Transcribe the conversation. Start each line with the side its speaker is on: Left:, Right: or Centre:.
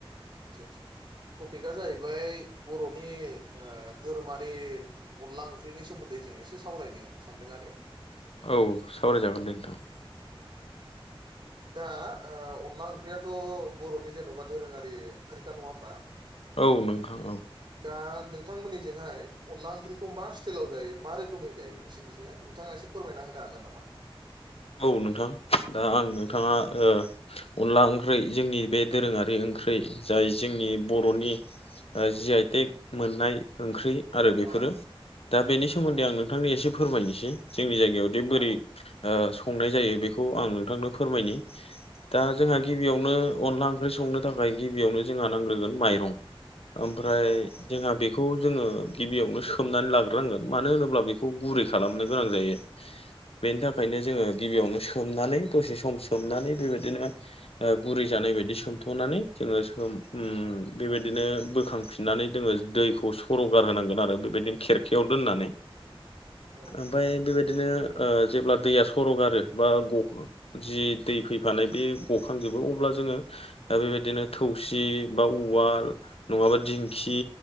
Right: आतसा आसा टपिकआ जाहैबाय बर'नि धोरोमारि अनला ओंख्रिनि सोमोन्दै जों एसे सावरायनो सानदों आरो
Left: औ सावरायजागोन दे नोंथां
Right: दा अनला ओंख्रियाथ' बर'नि जेन'बा दोरोङारि ओंख्रिखा नङा होमबा
Left: औ नोंथां औ
Right: दा नोंथांमोननिजोंहाय अनला ओंख्रिखौ मा स्टाइलाव जायो मा रोखोमै जायो नोंथाङा एसे फोरमायना होनो हागोन नामा
Left: औ नोंथां दा आं नोंथाङा अनला ओंख्रै जोंनि बे दोरोङारि ओंख्रै जाय जोंनि बर'नि जि आइ टेक मोननाय ओंख्रि आरो बेफोरो
Right: औ
Left: दा बेनि सोमोन्दै
Right: औ
Left: आं नोंथांनि एसे फोरमायनोसै जोंनि जायगायाव जे
Right: औ
Left: बोरै संनाय जायो बेखौ आं नोंथांनो फोरमायनि दा
Right: औ
Left: जोंहा
Right: औ
Left: गिबि गिबियावनो अनला ओंख्रि संनो थाखाय गिबियावनो जोंहा नांग्रोगोन माइरं ओमफ्राय
Right: औ औ नंगौ
Left: जोंहा
Right: नंगौ
Left: बे बेखौ जोङो गिबियावनो सोमनानै लाग्रोनांगोन मानो होनोब्ला बेखौ गुरै खालामनो गोनां जायो
Right: <inaudible>
Left: बेनि थाखायनो जोङो गिबियावनो सोमनानै दसे सम सोमनानै बेबायदिनो गुरै जानाय बायदि सोमथ'नानै जोङो
Right: औ
Left: बेबायदिनो बोखां फफिननानै जोङो दैखौ सर'गार होनांगोन आरो बेबायदिनो खेरखायाव दोननानै
Right: औ
Left: ओमफ्राय बेबायदिनो जेब्ला दैया सरगारो बा ग जि दै फैफानाय बे गखांजोबो अब्ला जोङो दा बेबायदिनो थौसि बा उवाल नङाबा दिंखि